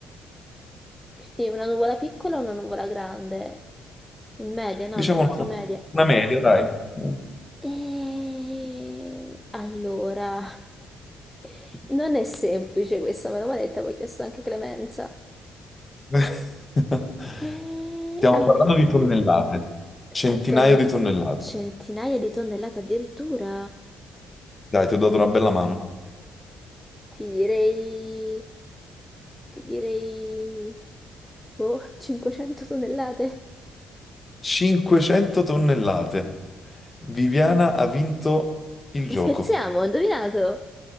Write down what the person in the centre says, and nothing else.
quindi una nuvola piccola e una nuvola grande, in media, no?
Mi hai detto
in media.
E allora, <laughs> non è semplice questa, me l'ho detta, avevo chiesto anche clemenza.
E
al...
pa- tonnell-
Centinaia di tonnellate addirittura?
Ti direi, ti direi, boh, 500 tonnellate.
Ma
scherziamo, ho indovinato?